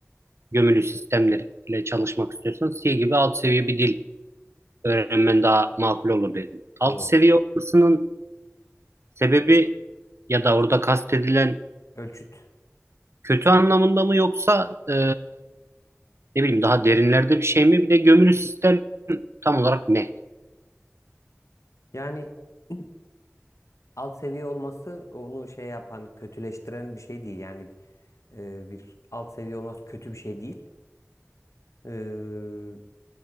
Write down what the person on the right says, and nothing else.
Gömülü sistemlerle çalışmak istiyorsan C gibi alt seviye bir dil öğrenmen daha makul olur dedin. Alt
seviye olmasının sebebi ya da orada kastedilen
kötü anlamında mı yoksa e, Ne bileyim daha derinlerde bir şey mi? Bir de gömülü sistem tam olarak ne?